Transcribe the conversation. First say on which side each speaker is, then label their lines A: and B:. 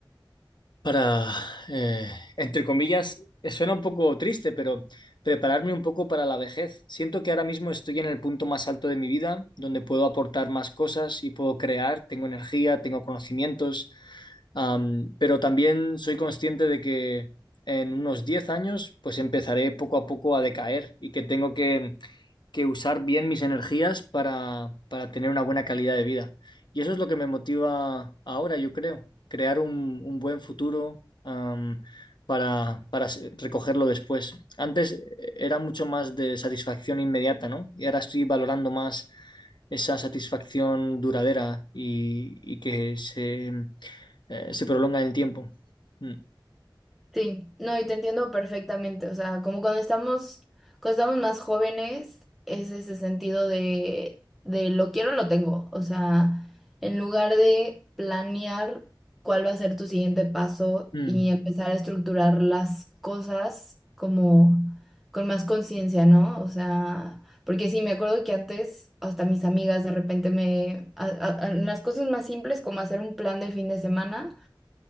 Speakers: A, on the left; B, in the centre.
A: para, eh, entre comillas, eh, suena un poco triste, pero prepararme un poco para la vejez. Siento que ahora mismo estoy en el punto más alto de mi vida, donde puedo aportar más cosas y puedo crear, tengo energía, tengo conocimientos, am, pero también soy consciente de que en unos diez años, pues empezaré poco a poco a decaer y que tengo que que usar bien mis energías para, para tener una buena calidad de vida. Y eso es lo que me motiva ahora, yo creo, crear un, un buen futuro, am, para, para se- recogerlo después. Antes eh, era mucho más de satisfacción inmediata, ¿no? Y ahora estoy valorando más esa satisfacción duradera y, y que se, eh, se prolonga en el tiempo. Mm,
B: Sí, no, y te entiendo perfectamente, o sea, como cuando estamos, cuando estamos más jóvenes, es ese sentido de, de lo quiero, lo tengo, o sea, en lugar de planear cuál va a ser tu siguiente paso
A: mm,
B: y empezar a estructurar las cosas como con más conciencia, ¿no? O sea, porque sí, me acuerdo que antes hasta mis amigas de repente me, a- a- a- las cosas más simples como hacer un plan de fin de semana